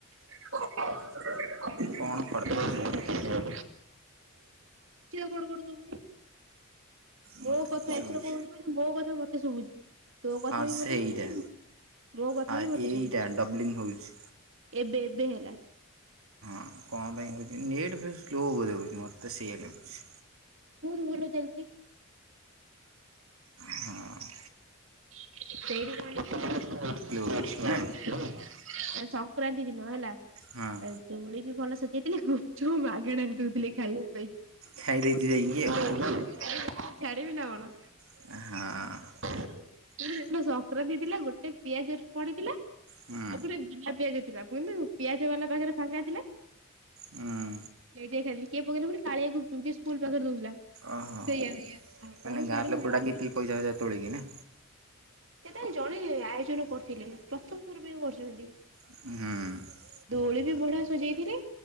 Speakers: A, on the right; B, on the right.
A: <unintelligible> କୋଉଠି ନାଇଁ
B: କଣ ଖଡ଼
A: କିଛି
B: ଖଡ଼ ଶୁଭୁଛି
A: ତ ଖଡ଼ ଖଡ଼ ଶୁଭୁନି।
B: ମୋତେ
A: ମୋ କଥା
B: ତ ଶୁଭୁଛି
A: ଏଥର କଣ ହଉଛି କହିଲ। ମୋ କଥା ମତେ ଶୁଭୁଛି। ତୋ କଥା
B: ହଁ
A: ବି
B: ସେଇଟା
A: ମତେ ଶୁଭୁଛି ମୋ କଥା
B: ଆ
A: ବି ମତେ
B: ଏଇଟା
A: ଶୁଭୁଛି
B: ଡବ୍ଲିଙ୍ଗ ହେଉଛି।
A: ଏବେ ଏବେ ହେଲା।
B: ହଁ କଣ ପାଇଁ ହେଉଛି ନେଟ୍ ଫେଟ ସ୍ଲୋ ବୋଧେ ହଉଛି। ମତେ ସେୟା ଲାଗୁଛି।
A: ବହୁତ ଭଲ, ଚାଲିଛି।
B: ହଁ।
A: <unintelligible>
B: ହେଉଛି ନା
A: ସଂକ୍ରାନ୍ତି ଦିନ ହେଲା।
B: ହଁ।
A: ଆଉ ଦୋଳି ବି ଭଲ ସଜେଇଥିଲେ। ଗୁପଚୁପ୍ ମାଗଣାରେ ଦୋଉଥିଲେ ଖାଇବା ପାଇଁ।
B: ଖାଇଦେଇଛି ଯାଇକି
A: <unintelligible>
B: ଆଉ
A: ଛାଡିବିନା କଣ।
B: ହଁ।
A: <unintelligible> ସେଦିନ ସଂକ୍ରାନ୍ତି ଥିଲା। ଗୋଟେ ପିଆଜ ପଡିଥିଲା।
B: ହୁଁ
A: ଆଉ ଗୋଟେ ବିନା ପିଆଜ ଥିଲା ବୋଲି ମୁଁ ପିଆଜ ବାଲା ପାଖରେ ଫାଙ୍କା ଥିଲା।
B: ହୁଁ
A: ଡେରିରେ ଖାଇଲି। କିଏ ପକେଇଲା କହିଲୁ କାଳିଆ ଗୁପଚୁପ ଯିଏ ସ୍କୁଲ ପାଖରେ ଦୋଉଥିଲା।
B: ଓହୋ
A: ସେଇ ଆଣିଥିଲା ଆଉ
B: ମାନେ
A: କଣ
B: ଗାଁ
A: ଛାଡିବୁ
B: ଲୋକ
A: ମନ୍ଦିର
B: ଡାକିଥିଲେ ପଇଷା ଫଇଷା ତୋଳିକିନା।
A: ସେଟା ଜଣେ ଆୟୋଜନ କରିୁଥିଲେ। ପ୍ରଥମ ଥର ପାଇଁ କରୁଚନ୍ତି।
B: ଉଁ।
A: ଦୋଳି ବି ବଢିଆ ସଜେଇଥିଲେ